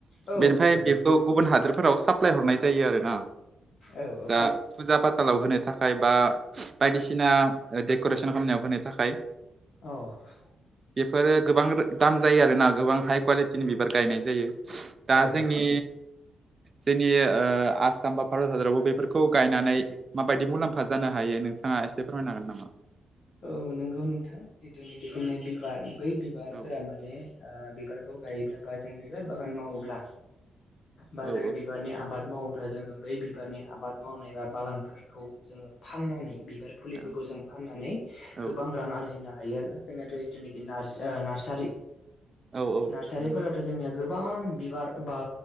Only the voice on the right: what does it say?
बेनिफ्राय
बेखौ गुबुन हादोरफोराव सा हरनाय जायो आरोना
जा फुजा फाथालाव होनो थाखाय बा बायदिसिना डेक'रेसन खालामनायाव होनो थाखाय
बेफोरो गोबां दाम जायो आरोना गोबां हाइ कुवालिटिनि बिबार गायनाय जायो। दा जोंनि
जोंनि ओ-आसाम बा भारत हादरावबो बेफोरखौ गायनानै माबायदि मुलाम्फा जानो हायो नोंथाङा एसे फोरमायनो हागोन नामा?
औ
औ
औ
औ
औ औ
नंगौ